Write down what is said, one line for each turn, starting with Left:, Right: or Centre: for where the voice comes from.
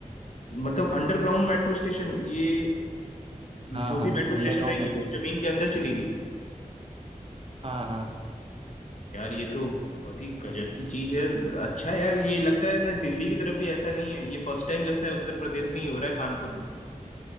Left: मतलब अंडरग्राउंड मेट्रो स्टेशन ये
Right: हाँ
Left: जो
Right: हाँ
Left: भी मेट्रो
Right: अंडरग्राउंड
Left: स्टेशन रहेगी
Right: मेट्रो
Left: वो
Right: स्टेशन
Left: जमीन के अंदर चलेगी
Right: हाँ हाँ
Left: यार ये तो बहुत ही गजब की चीज है अच्छा यार ये लगता है शायद दिल्ली की तरफ भी ऐसा नहीं है ये फर्स्ट टाइम लगता है उत्तर प्रदेश में ही हो रहा है कानपुर में